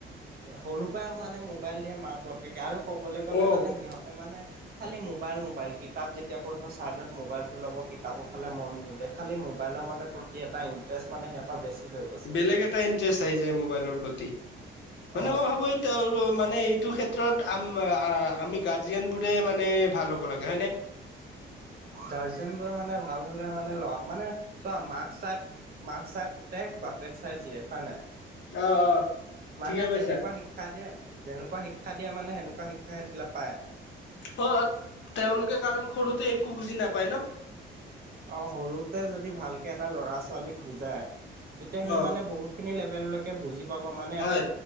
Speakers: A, on the right; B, on the left.
A: সৰুৰ পৰাই মানে মোবাইল দিয়ে মাক-বাপেকে আৰু কবলে গ'লে
B: অ
A: মানে সিহঁতে মানে খালি মোবাইল-মোবাইল। কিতাপ যেতিয়া পঢ়িব ছাইডত মোবাইলটো লব কিতাপৰ ফালে মন নিদে খালি মোবাইলৰ মতে প্ৰতি এটা ইণ্টাৰেষ্ট মানে এটা বেছি। হৈ গৈছে
B: বেলেগ এটা ইণ্টাৰেষ্ট আহি যায় মোবাইলৰ প্ৰতি। মানে
A: অ'
B: মই ভাবো এই মানে এইটো ক্ষেত্ৰত ক্ষ্ৰত আম আমি গাৰ্জিয়ান বোৰে মানে ভাল হ'ব লাগে হয় ন?
A: গাৰ্জেন মানে ভাল হলে মানে লৰা মানে চোৱা মাক চাই মাক চাই পুতেক, বাপেক চাই জীয়েক হয় নে নাই?
B: অ অ
A: মানে
B: ঠিকে কৈছা।
A: যেনেকুৱা শিকা শিক্ষায়ে যেনেকোৱা শিক্ষা দিয়া মানে সেনেকুৱা শিক্ষা পায়।
B: অ' তেওঁলোকে কাৰণ সৰুতে একো বুজি নাপায় ন।
A: অ' সৰুতে যদি ভালকৈ এটা ল'ৰা-ছোৱালীক বুজায় তেতিয়া সি
B: অ
A: মানে বহুত ইখিনি লেভেলেলৈ বুজি পাব মানে
B: হয়
A: এটা